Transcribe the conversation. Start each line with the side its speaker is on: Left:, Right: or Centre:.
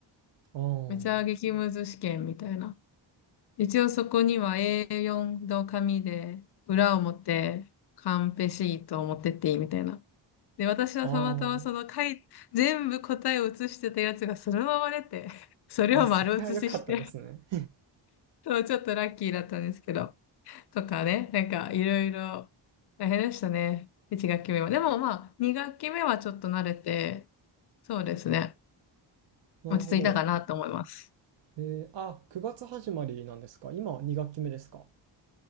Right: あ
Left: めちゃ激ムズ試験みたいな。一応そこには A4 の紙で、裏表、カンペシートを持ってっていいみたいな。で、私はたまたまその書い、
Right: あ、あ
Left: 全部答えを写してたやつがそのまま出て、<laughs> それを丸写しして、
Right: あ、あ、それは良かったですね。
Left: <laughs> そう、ちょっとラッキーだったんですけど、とかね、なんかいろいろ大変でしたね。1学期目は。でもまあ、2学期目はちょっと慣れて、そうですね、
Right: <laughs> なるほど。
Left: 落ち着いたかなと思います。
Right: えーあ、9月始まりなんですか。今2学期目ですか。